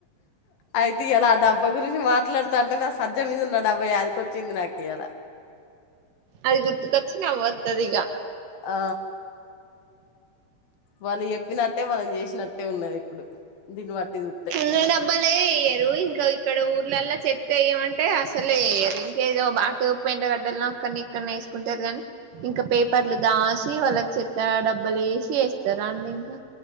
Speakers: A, on the left; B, on the right.
A: అయితే ఇయాల ఆదాం <inaudible> గురించి మాట్లాడుతాంటే నా సజ్జ మీద ఉన్న డబ్బాయాదికి వచ్చింది నాకు ఇయాల
B: అది గుర్తుకొచ్చిన నవ్ ఒత్తది ఇగ
A: ఆ వాళ్ళు చెప్పినట్టే మనం చేసినట్టే ఉన్నది ఇప్పుడు దీన్ని బట్టి చూస్తే
B: ఉన్న డబ్బలే వేయరు ఇంకా ఇక్కడ ఊర్లలా చెత్త ఏయ్యమ అంటే అసలే ఎయ్యరు ఇంకేదో బాటు ఎంటగడ్డ అక్కడని ఇక్కడనే వేసుకుంటారు కానీ ఇంకా పేపర్లు దాసి వాళ్ళకి చెత డబ్బులు వేసి వేస్తారా అండి ఇంకా